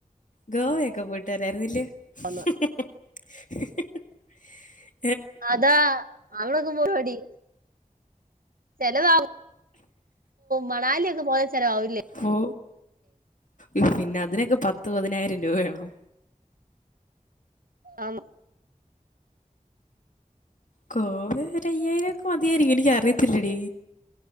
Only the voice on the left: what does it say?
ഗോവയൊക്കെ പോയിട്ടരായിരുന്നില്ലേ <unintelligible>
പോ ഉഫ്, പിന്നെ അതിനൊക്കെ പത്ത് പതിനായിരം രൂപ വേണോ
കോവ ഒര അയ്യായിരം ഒക്കെ മതിയായി എനിക്ക അറിയത്തില്ലടി